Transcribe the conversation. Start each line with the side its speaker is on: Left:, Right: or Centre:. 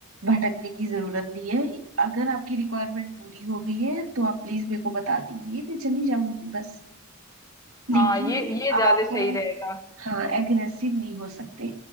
Right: भटकने की जरूरत नहीं है अगर आपकी रिक्वायरमेंट पूरी हो गई है तो आप प्लीज मेरे को बता दीजिए मैं चली जाऊंगी बस लेकिन
Left: हाँ ये ये
Right: आप
Left: ज्यादा सही रहेगा
Right: हाँ एग्रेसिव नहीं हो सकते